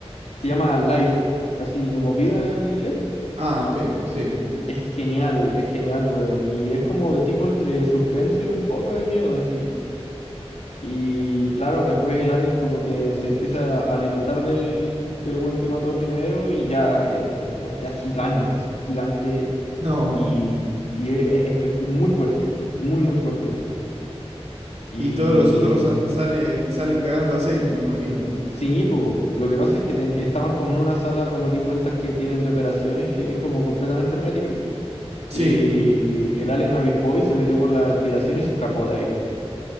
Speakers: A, on the left; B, on the right.
A: Se llama Life, así como vida en inglés.
B: Ah, ok, sí.
A: Es genial, es genial, weón. Y es como de tipo entre suspenso y un poco de miedo, así. Y claro, después el alien como que se empieza a alimentar del, del weón que mató primero y ya, eh, después queda gigante, así, gigante
B: No.
A: Y, y e- e- es, fu- muy fuerte, muy, muy fuerte. Y
B: Y todos los otros han- salen, salen cagando aceite, me imagino.
A: sí, po, lo que pasa es que ten- estaban como en una sala como tipo estas que tienen de operaciones, que es como completamente hermética.
B: Sí.
A: Y el alien avispó y se metió por la ventilación y se escapó de ahí.